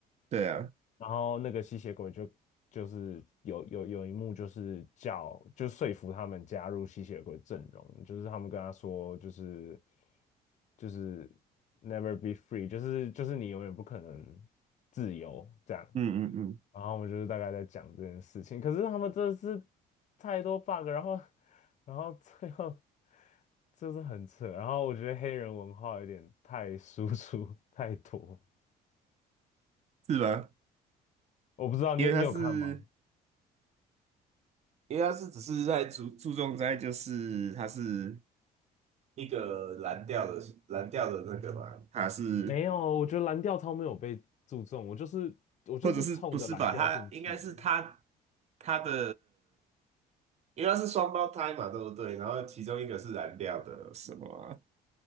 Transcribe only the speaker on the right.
对啊，
嗯嗯嗯，
是吧？
因为他是因为他是只是在注注重在就是他是。一个蓝调的蓝调的那个嘛，它是
或者是不是吧？他应该是他他的，因为它是双胞胎嘛，对不对？然后其中一个是蓝调的什么啊？